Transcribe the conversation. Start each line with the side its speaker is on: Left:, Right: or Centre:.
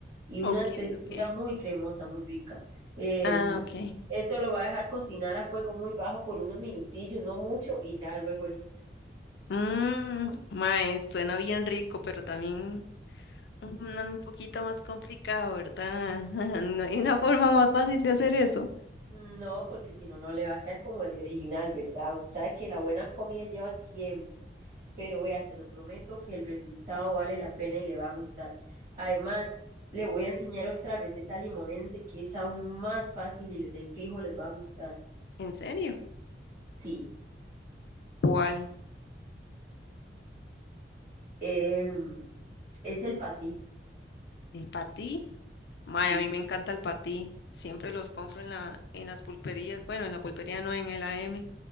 Right: y
Left: Ok,
Right: una textura
Left: ok.
Right: muy cremosa, muy rica. Em,
Left: Ah, ok.
Right: esto lo va a dejar cocinar a fuego muy bajo por unos minutillos, no mucho, y ya luego listo.
Left: Mmm, mae, suena bien rico, pero también un, un poquito más complicado, ¿verdad? <laughs> No hay una forma más fácil de hacer eso.
Right: No, porque si no, no le va a quedar como el original, ¿verdad? Usted sabe que la buena comida lleva tiempo, pero vea, se lo prometo que el resultado vale la pena y le va a gustar. Además, le voy a enseñar otra receta limonense que es aún más fácil y de fijo les va a gustar.
Left: ¿En serio?
Right: Sí,
Left: ¿Cuál?
Right: em, es el patí,
Left: ¿El patí? Mae,
Right: sí.
Left: a mí me encanta el patí. Siempre los compro en la, en las pulperías. Bueno, en la pulpería no, en el AM